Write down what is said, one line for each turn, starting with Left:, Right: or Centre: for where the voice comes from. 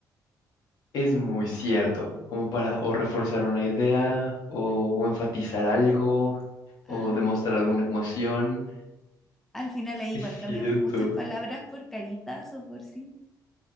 Left: Es muy cierto, como para o reforzar una idea o, o enfatizar algo
Centre: Ajá.
Left: o demostrar alguna emoción.
Centre: Al final es igual,
Left: Es
Centre: cambiamos
Left: cierto,
Centre: muchas palabras por caritas o por sí.